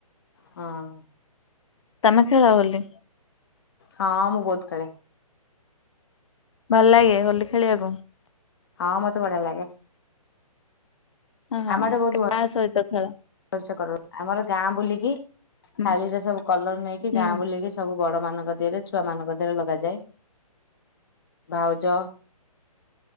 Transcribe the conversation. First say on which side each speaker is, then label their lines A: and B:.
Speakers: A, on the left; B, on the left.
A: ହଁ।
B: ତମେ ଖେଳ ବୋଲି?
A: ହଁ ମୁଁ ବହୁତ ଖେଳେ।
B: ଭଲ ଲାଗେ ହୋଲି ଖେଳିବାକୁ?
A: ହଁ ମତେ ବଢିଆ ଲାଗେ।
B: ହଁ,
A: ଆମ ଆଡେ ବହୁତ
B: କାଆ ସହିତ? ଖେଳ
A: ଭଲସେ କରବ, ଆମର ଗାଁ ବୁଲିକି
B: ହୁଁ
A: ଥାଳି ରେ ସବୁ କଲର ନେଇକି
B: ହୁଁ
A: ଗାଁ ବୁଲିକି ସବୁ ବଡ ମାନଙ୍କ ଦେହରେ ଛୁଆ ମାନଙ୍କ ଦେହରେ ଲଗାଯାଏ, ଭାଉଜ